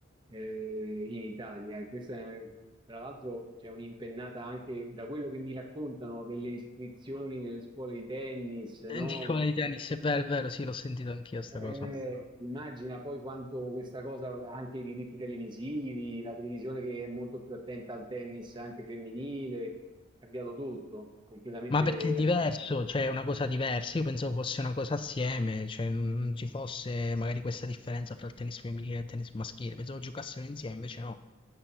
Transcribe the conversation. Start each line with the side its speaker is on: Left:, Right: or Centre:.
Right: eh, in Italia. E questa è- tra l'altro c'è un'impennata anche da quello che mi raccontano delle iscrizioni nelle scuole di tennis, no?
Left: eh, dicevo di tennis, è vero, è vero, sì, l'ho sentito anch'io sta
Right: Eh,
Left: cosa.
Right: immagina poi quanto questa cosa, anche i diritti televisivi, la televisione che è molto più attenta al tennis anche femminile, è cambiato tutto, è completamente...
Left: Ma perché è diverso, cioè è una cosa diversa, io pensavo fosse una cosa assieme, cioè non ci fosse magari questa differenza fra il tennis femminile e il tennis maschile, pensavo giocassero insieme, invece no,